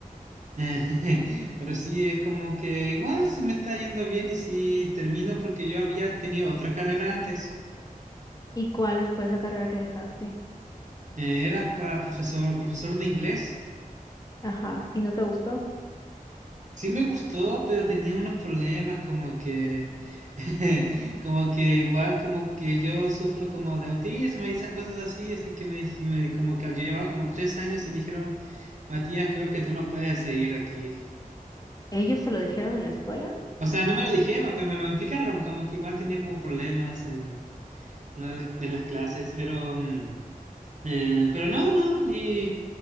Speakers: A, on the right; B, on the left.
A: <laughs> pero sí es como que igual se me está yendo bien y si termino porque yo había tenido otra carrera antes,
B: ¿Y cuál fue esa carrera que dejaste?
A: eh, era para profesor, profesor de inglés.
B: Ajá, ¿y no te gustó?
A: Sí me gustó, pero tenía unos problemas como que, <laughs> como que igual como que yo sufro como de autismo y esas cosas así, así que me, dij- me- como que yo llevaba como tres años y me dijeron, Matías, creo que tú no puedes seguir aquí.
B: ¿Ellos te lo dijeron en la escuela?
A: O sea, no me lo dijeron, pero me lo implicaron, como que igual tenía como problemas en una de las, de las clases, pero, mm, eh, pero no, no, ni...